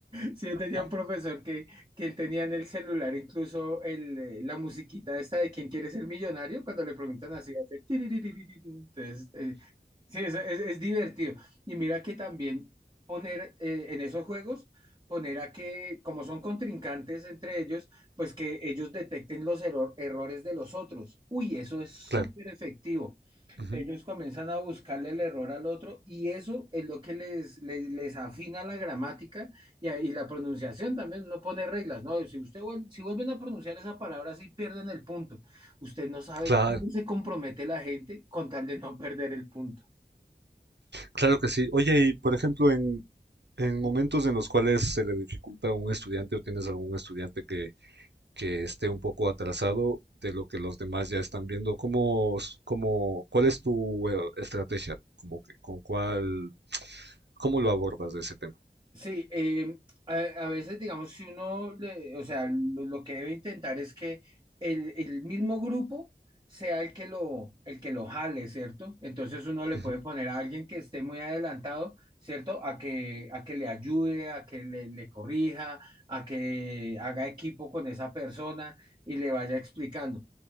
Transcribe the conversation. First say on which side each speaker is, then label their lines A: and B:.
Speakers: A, on the right (about 25°); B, on the right (about 85°).
A: Sí, yo tenía
B: Ah,
A: un profesor que, que él tenía en el celular incluso el, eh, la musiquita esta de ¿Quién quiere ser millonario? Cuando le preguntan así, hace tiriririririri. Entonces, eh, sí, es, es- es divertido. Y mira que también poner eh, en esos juegos, poner a que, como son contrincantes entre ellos, pues que ellos detecten los erro- errores de los otros. Uy, eso es súper
B: claro.
A: efectivo
B: Ujú.
A: ellos comienzan a buscarle el error al otro y eso es lo que les, les, les afina la gramática y, a- y la pronunciación también, no pone reglas, ¿no? Si usted vuel- si vuelven a pronunciar esa palabra, sí pierden el punto. Usted no sabe
B: Claro,
A: cómo se compromete la gente con tal de no perder el punto.
B: claro que sí. Oye, y por ejemplo, en, en momentos en los cuales se le dificulta a un estudiante o tienes algún estudiante que, que esté un poco atrasado de lo que los demás ya están viendo. ¿Cómo, cómo, cuál es tu eh, estrategia? Como que, con cuál, ¿cómo lo abordas de ese tema?
A: Sí, eh, a, a veces digamos si uno, le- o sea, lo, lo que debe intentar es que el, el mismo grupo sea el que lo, el que lo jale, ¿cierto? Entonces uno le
B: Ujú,
A: puede poner a alguien que esté muy adelantado, ¿cierto? A que, a que le ayude, a que le, le corrija, a que haga equipo con esa persona y le vaya explicando.